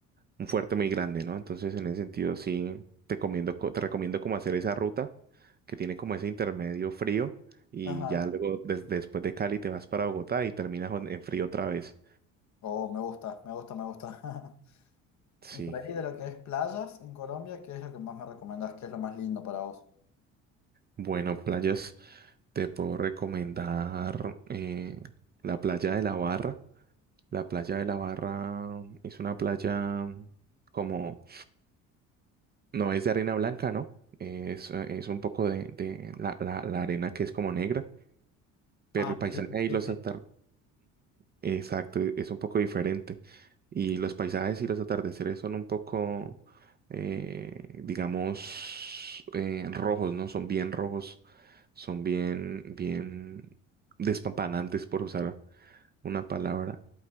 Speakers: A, on the right; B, on the left.
A: un fuerte muy grande, ¿no? Entonces en ese sentido sí te recomiendo, co- te recomiendo como hacer esa ruta que tiene como ese intermedio frío y
B: Ajá.
A: ya luego des- después de Cali te vas para Bogotá y terminas en en frío otra vez.
B: Oh, me gusta, me gusta, me gusta. <laughs>
A: Sí,
B: Y por ahí de lo que es playas en Colombia, ¿qué es lo que más me recomendás? ¿Qué es lo más lindo para vos?
A: bueno, playas, te puedo recomendar eh, la playa de La Barra. La playa de La Barra es una playa como, no es de arena blanca, ¿no? Es, eh, es un poco de, de la, la- la arena que es como negra, pero
B: Ah,
A: el paisaje
B: sí, sí,
A: y
B: sí.
A: los
B: sí.
A: atardeceres, exacto, e- es un poco diferente. Y los paisajes y los atardeceres son un poco, eh, digamos, eh, rojos, ¿no? Son bien rojos, son bien, bien despampanantes, por usar una palabra.